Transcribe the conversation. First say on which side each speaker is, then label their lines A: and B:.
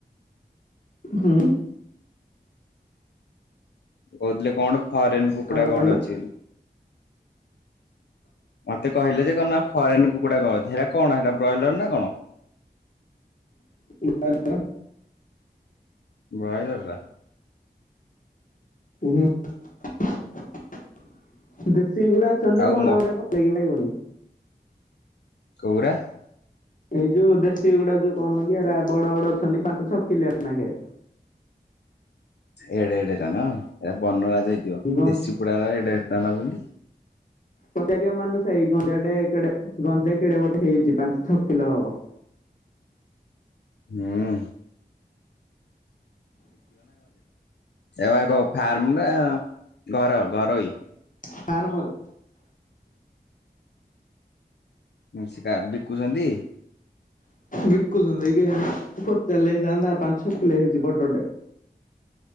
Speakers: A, on the left (about 50°); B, on the left (about 90°).
A: ହଁ।
B: କହୁଥିଲେ କଣ ଫରେନ୍ କୁକୁଡା
A: କଣ
B: କନଟେ
A: କହିଲ?
B: ଅଛି। ମତେ କହିଲେ ଯେ କ ଫରେନ କ କୁକୁଡା କଣ ଅଛି ହେଲା କଣ ସେଟା ବ୍ରଏଲର ନା କଣ
A: <unintelligible>
B: ବ୍ରଇଲରରା
A: ହୁଁ <unintelligible> ସେଗୁଡା ସଞ୍ୟ
B: ଆଉ
A: ବଡ
B: ମ
A: ବଡା କ ଲାଗାଗିବନି
B: କଉରା
A: ଏଇ ଯୋଉ ଦେଶୀ ଗୁଡା ଯୋଉ କହନ କିରା ବଡ ବଡ ଅଛନ୍ତି ପାଞ୍ଚ ଛଅ କିଲୋଖେ
B: <inaudible> ଏଡେ ଏଡେ ଟା ନ ଏଟା ବନରାଜ ହେଇଥିବ
A: ଗନ୍
B: ଦେଶୀ ପୋଡା ଏଡେ ଏଡଟା ନେଉଚନ୍ତି।
A: ପଚାରିବା ମାନ ସେଇ ଗଜାଡେ ଏଇଡେ ଗଞ୍ଜା କେଡେ ଗୋଟେ ହେଇଛି ପାଞ୍ଚ ଛ କିଲ ହବ।
B: ହୁଁ। ଏ ଏକ ଫାର୍ମ ନା ଘର ଘରୋଇ
A: ଫାରମରେ
B: ଶିକା ବିକୁଛନ୍ତି।
A: ବିକୁଛନ୍ତିନ୍ଧା <unintelligible> ପାଞ୍ଚ ଛଅ କିଲ ହେଇଛି ବଡଟେ